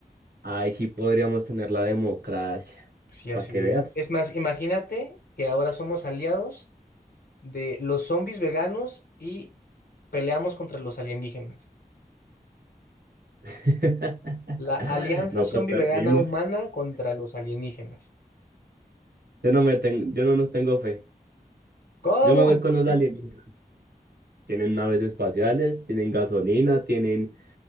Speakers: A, on the right; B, on the left.
A: Ahí sí podríamos tener la democracia.
B: Sí, así
A: Para que veas.
B: es. Es más, imagínate que ahora somos aliados de los zombies veganos y peleamos contra los alienígenas.
A: <laughs>
B: La alianza
A: No,
B: zombie
A: pues perdimos.
B: vegana humana contra los alienígenas.
A: Yo no me tengo, yo no nos tengo fe.
B: ¿Cómo?
A: Yo me voy con
B: ¿Por
A: los
B: qué?
A: alienígenas. Tienen naves espaciales, tienen gasolina, tienen